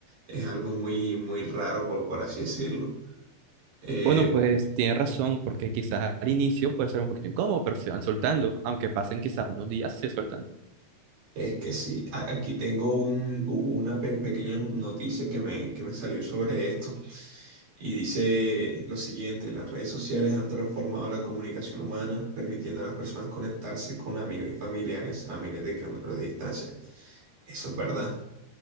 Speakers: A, on the right; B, on the right.
A: es algo muy, muy raro, por, por así decirlo. Eh,
B: Bueno, pues tiene razón, porque quizás al inicio puede ser un poquito incómodo, pero se van soltando, aunque pasen quizás unos días, se sueltan.
A: Es que sí, a- aquí tengo un, u- una pe- pequeña no- noticia que me, que me salió sobre esto y dice lo siguiente, las redes sociales han transformado la comunicación humana, permitiendo a las personas conectarse con amigos y familiares a miles de kilómetros de distancia. Eso es verdad.